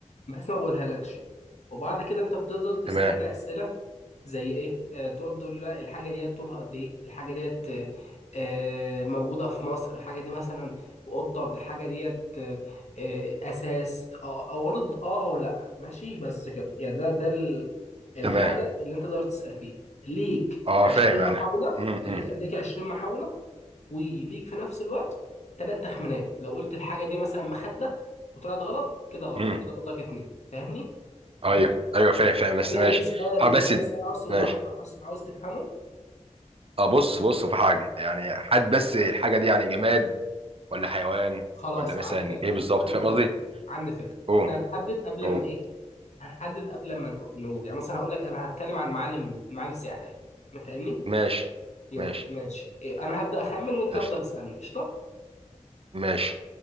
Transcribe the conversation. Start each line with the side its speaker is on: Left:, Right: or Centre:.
Left: بس ما بقولها لكش. وبعد كده انت بتفضل تسألني
Right: تمام
Left: اسئلة زي ايه آه، تقعد تقول لي بقى الحاجه ديت طولها قد ايه الحاجه ديت آه، آه، موجوده في مصر الحاجه دي مثلا في اوضتك الحاجه ديت آه، آه، اساس آه، او ارض اه او لا ماشي بس كده يعني ده ده ال- الحاجه
Right: تمام
Left: اللي انت تقدر تسال فيها ليك
Right: اه
Left: 20
Right: فاهم
Left: محاوله
Right: انا امم
Left: ليك ليك 20 محاوله وليك في نفس الوقت ثلاث تخمينات لو قلت الحاجه دي مثلا مخده وطلعت غلط كده غلط
Right: امم
Left: كده فاضلك اتنين فاهمني
Right: ايوه ايوه فاهم فاهم بس
Left: في
Right: ماشي
Left: اي سؤال
Right: حاول
Left: في
Right: بس
Left: اي سؤال عاوز توضح
Right: ماشي
Left: عاوز عاوز تفهمه
Right: اه بص بص في حاجه يعني حد بس الحاجه دي يعني جماد ولا حيوان
Left: خلاص
Right: ولا مثلا
Left: عندي فكرة
Right: ايه بالظبط
Left: عندي
Right: فاهم
Left: فكرة
Right: قصدي
Left: عندي فكرة
Right: اوه
Left: احنا هنحدد قبل
Right: اوه
Left: ما ايه هنحدد قبل ما نق- نقول يعني مثلا هقول لك انا هتكلم عن معالم معالم سياحية ما فاهمني
Right: ماشي
Left: يلا
Right: ماشي
Left: ماشي إيه انا هبدأ اخمن وانت
Right: قشطه
Left: افضل اسألني قشطة
Right: ماشي